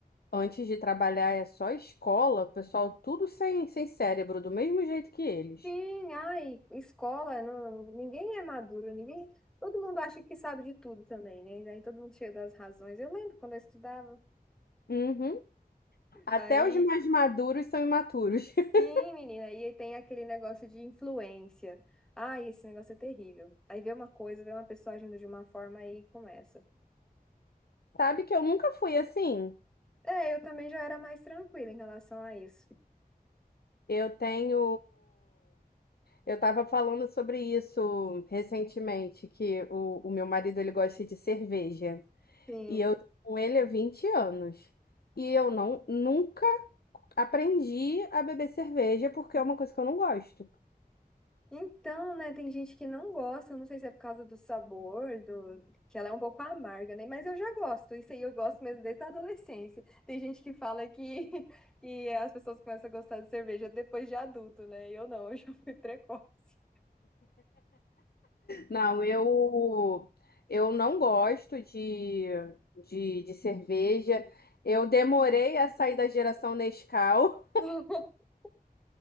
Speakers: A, on the left; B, in the centre.
A: antes de trabalhar é só escola, o pessoal tudo sem, sem cérebro, do mesmo jeito que eles.
B: Sim, ai, escola, não, ninguém é maduro, ninguém. Todo mundo acha que sabe de tudo também, né? Aí todo mundo cheio das razões. Eu lembro quando eu estudava.
A: Uhum. Até
B: Aí
A: os mais maduros são imaturos. <laughs>
B: Sim, menina, e aí tem aquele negócio de influência. Ai, esse negócio é terrível. Aí vê uma coisa, vê uma pessoa agindo de uma forma e começa.
A: Sabe que eu nunca fui assim?
B: É, eu também já era mais tranquila em relação a isso.
A: Eu tenho. Eu estava falando sobre isso recentemente, que o, o meu marido ele gosta de cerveja.
B: Sim.
A: E eu tô com ele há 20 anos. E eu não nunca aprendi a beber cerveja porque é uma coisa que eu não gosto.
B: Então, né, tem gente que não gosta, eu não sei se é por causa do sabor, do... que ela é um pouco amarga, né? Mas eu já gosto, isso aí eu gosto mesmo desde a adolescência. Tem gente que fala que, <laughs> que as pessoas começam a gostar de cerveja depois de adulto, né? Eu não, <laughs> eu já fui precoce.
A: Não, eu eu não gosto de, de, de cerveja. Eu demorei a sair da geração Nescau.
B: <laughs>